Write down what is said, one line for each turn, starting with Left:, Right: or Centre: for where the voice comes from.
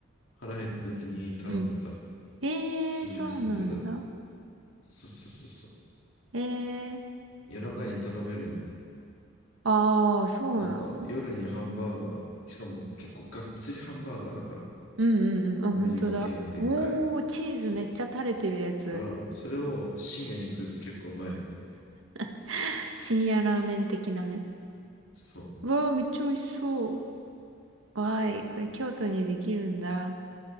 Left: 腹減った時に頼んでた。
Right: うん。えー、
Left: 新宿住んでた。
Right: そうなんだ。
Left: そうそうそうそう。
Right: えー、
Left: 夜中に頼めるんよ。
Right: ああ、そうなの
Left: なんか夜にハンバーガー、しかも結構がっつりハンバーガーだから。
Right: うんうんうん。あ、
Left: アメリカ系のでっかい。
Right: 本当だ。おー、チーズめっちゃ垂れてるやつ。
Left: そう。だから、それを深夜に食うと結構うまいの。
Right: <laughs> 深夜ラーメン的なね。
Left: そう。
Right: わー、めっちゃ美味しそう。わーい、これ京都にできるんだ。